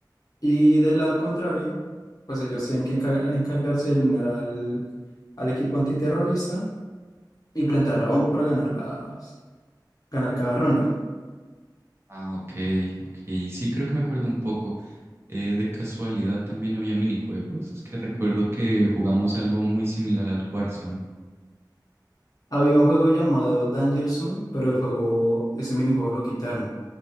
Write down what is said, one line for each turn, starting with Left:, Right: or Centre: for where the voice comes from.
Left: Y del lado contrario, pues ellos tienen que encar- encargarse de eliminar al, al equipo antiterrorista y plantar la bomba para ganar, las, ganar cada ronda.
Right: Ah, ok, ok. Sí, creo que me acuerdo un poco. Eh, de casualidad también había minijuegos. Es que recuerdo que jugamos algo muy similar al Warzone.
Left: Había un juego llamado Danger Zone, pero el juego, ese minijuego lo quitaron.